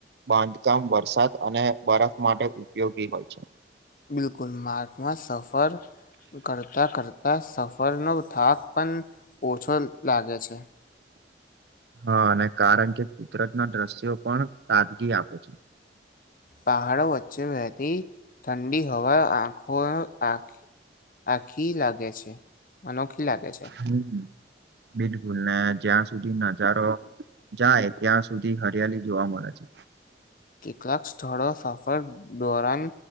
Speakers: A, on the right (about 65°); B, on the left (about 50°).
A: બાંધકામ વરસાદ અને બરફ માટે ઉપયોગી હોય છે
B: બિલકુલ માર્ગમાં સફર કરતાં કરતાં સફરનો થાક પણ ઓછો લાગે છે
A: હા અને કારણ કે કુદરત ના દ્રશ્યો પણ તાજગી આપે છે
B: પહાડો વચ્ચે વહેતી ઠંડી હવા આંખો આખ આખી લાગે છે અનોખી લાગે છે
A: હમ બિલકુલ ને જ્યાં સુધી નજારો જાય ત્યાં સુધી હરિયાળી જોવા મળે છે
B: કેટલાક સ્થળો સફર દોરાન